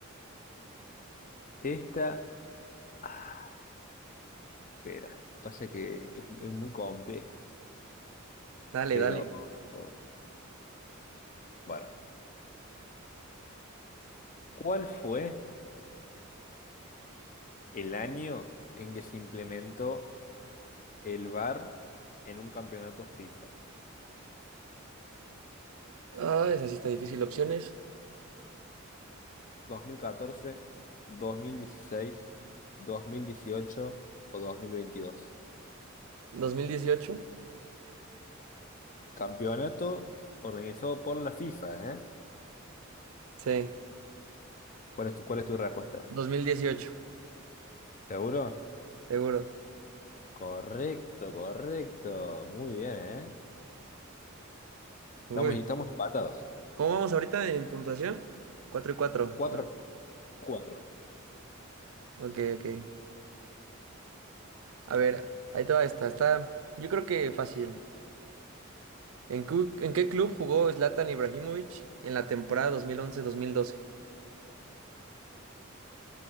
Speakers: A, on the left; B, on the right.
A: esta, ah, espera, pasa que es, es muy compleja,
B: Dale,
A: pero
B: dale.
A: oh, bueno. ¿Cuál fue el año en que se implementó el VAR en un campeonato FIFA?
B: Ah, esa sí está difícil. Opciones.
A: dos dos mil mil catorce dos mil dieciséis dos mil dieciocho o dos mil veintidós
B: ¿2018?
A: Campeonato organizado por la FIFA, ¿eh?
B: Sí,
A: ¿Cuál es tu, cuál es tu respuesta?
B: 2018,
A: ¿Seguro?
B: seguro.
A: Correcto, correcto. Muy bien, ¿eh? Estamos,
B: Uy.
A: estamos empatados.
B: ¿Cómo vamos ahorita en puntuación? Cuatro y 4,
A: cuatro
B: ¿no?
A: a cuatro
B: Ok, ok. A ver, ahí te va esta. Está, yo creo que fácil. ¿En, cu- en qué club jugó Zlatan Ibrahimovic en la temporada 2011-2012?